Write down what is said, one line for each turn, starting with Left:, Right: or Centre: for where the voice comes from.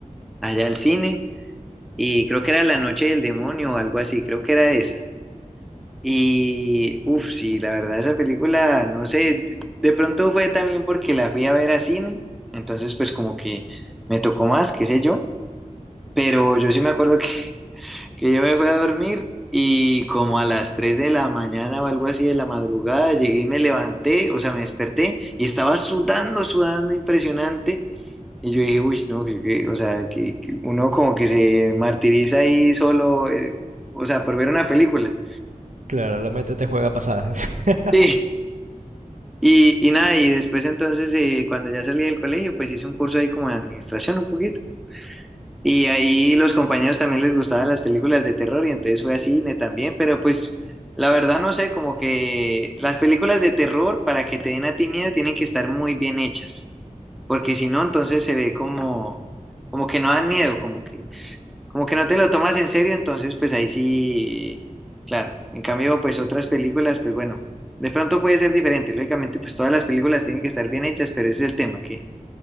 Centre: allá al cine. Y creo que era La Noche del Demonio o algo así, creo que era esa. Y, uff, sí, la verdad, esa película, no sé, de pronto fue también porque la fui a ver a cine, entonces pues como que me tocó más, qué sé yo, pero yo sí me acuerdo <laughs> que que yo me fui a dormir y como a las 3 de la mañana o algo así de la madrugada, llegué y me levanté, o sea, me desperté y estaba sudando, sudando impresionante. Y yo dije, uy, no, que, que- o sea, que, que uno como que se martiriza ahí solo, eh, o sea, por ver una película.
Right: Claro, la mente te juega pasadas. <laughs>
Centre: Sí. Y, y nada, y después entonces, eh, cuando ya salí del colegio, pues hice un curso ahí como de administración un poquito. Y ahí los compañeros también les gustaban las películas de terror y entonces fue a cine también, pero pues la verdad no sé, como que las películas de terror para que te den a ti miedo tienen que estar muy bien hechas, porque si no entonces se ve como como que no dan miedo, como que como que no te lo tomas en serio, entonces pues ahí sí, claro. En cambio pues otras películas pues bueno, de pronto puede ser diferente, lógicamente pues todas las películas tienen que estar bien hechas, pero ese es el tema que